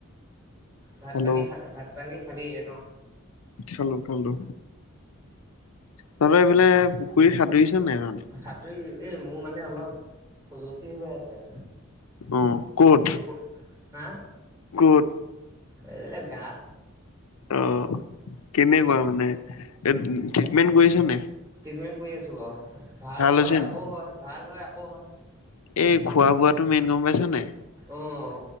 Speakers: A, on the right; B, on the left.
A: ভাত,
B: হেল্ল'
A: পানী খা ভাত, পানী খালি ন?
B: খালো খালো তহঁতৰ এইফালে পুখুৰীত সাঁতুৰিছ নে নাই তহঁতি?
A: সাঁতুৰি এই মোৰ মানে অলপ খজুৱতি হৈ আছে।
B: উম, ক'ত?
A: পুখুৰ হা
B: ক'ত?
A: এই গাত
B: অ কেনেকুৱা মানে এ, ট্ৰিটমেন্ট কৰিছ নে?
A: ট্ৰিটমেন্ট কৰি আছো বাৰু। ভাল হয়
B: হৈছে
A: আকৌ
B: নাই
A: হয় ভাল হয়। আকৌ হয়
B: এই খোৱা বোৱাটো মেইন গম পাইছ নে?
A: অঁ